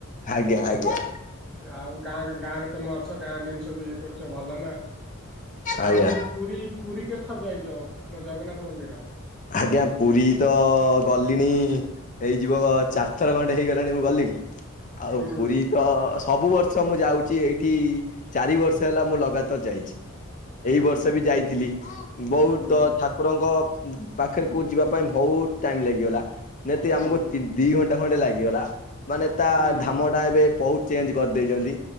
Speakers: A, on the left (about 35°); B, in the centre.
A: ଆଜ୍ଞା ଆଜ୍ଞା।
B: ଆଉ ଗାଁ ଗାଁ ରେ ତମେ ଅଛ ଗାଁ ଜିନିଷକୁୁ ଇଏ କରୁଛ ଭଲ ନା।
A: ଆଜ୍ଞା।
B: ଆଉ ପୁରୀ ପୁରୀ କେ ଥର ଯାଇଛ ଆମ ଜଗନ୍ନାଥ ମନ୍ଦିର?
A: ଆଜ୍ଞା ପୁରୀ ତ ଗଲିଣି ହେଇଯିବ ଚାରିଥର ଖଣ୍ଡେ ହେଇଗଲାଣି ମୁଁ ଗଲିଣି। ଆଉ
B: ହୁଁ
A: ପୁରୀ ତ ସବୁ ବର୍ଷ ମୁଁ ଯାଉଚି ଏଇଠି ଚାରି ବର୍ଷ ହେଲା ମୁଁ ଲଗାତାର ଯାଇଚି। ଏଇ
B: ହୁଁ
A: ବର୍ଷ ବି ଯାଇଥିଲି ବହୁତ
B: ହୁଁ
A: ଠାକୁରଙ୍କ ପାଖରେକୁ ଯିବା ପାଇଁ ବହୁତ ଟାଇମ୍ ଲାଗିଗଲା ନିହାତି
B: ହୁଁ
A: ଆମକୁ ତି ଦି ଘଣ୍ଟା ଖଣ୍ଡେ ଲାଗିଗଲା। ମାନେ ତା
B: ହୁଁ
A: ଧାମଟା ଏବେ ବହୁତ ଚେଞ୍ଜ୍ କରିଦେଇଛନ୍ତି।